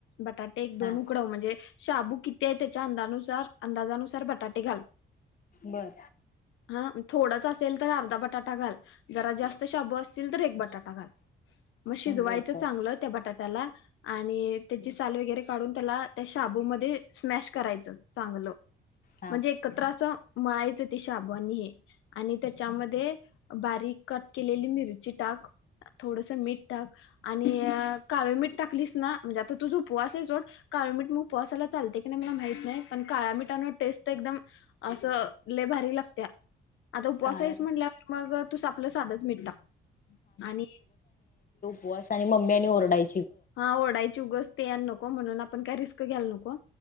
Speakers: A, on the left (about 80°); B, on the left (about 45°).
A: बटाटे एक दोन
B: हा
A: उकडव म्हणजे शाबू किती आहे त्याच्या अंदानुसार अंदाजानुसार बटाटे घाल
B: बर.
A: हा थोडाचं अस असल तर अर्धा बटाटा घाल जरा जास्त शाबू असतील तर एक बटाट तां घाल. म शिजवायचं
B: बर
A: चांगलं
B: बर
A: ते बटाट त्याला आणि त्याची साल वगैरे काढून त्याला त्या शाबूमध्ये स्मॅश करायचं चांगलं
B: हा
A: म्हणजे एकत्र असं मळायच ते शाबू आणि हे. आणि त्याच्यामध्ये बारीक कट केलेली मिरची टाक थोडस मीठ टाक, आणि काळ मीठ टाकलीस ना, म्हणजे आता तुझा उपवासय. सो काळ मीठ म उपवसाला चालतय का नाही, मला माहीत नाही. पण काळामीठ ठान टेस्ट एकदम अस, लय भारी लागत्या. आता उपवासइस
B: काळात
A: म्हणल्यावर, मग तुस आपलं साधच मिट टाक आणि
B: बॉस आणि मम्म्यानी ओरडाय
A: हा ओरढायची उगस ते <unintelligible> नको. म्हणून आपण काय रिस्क घ्यायला नको.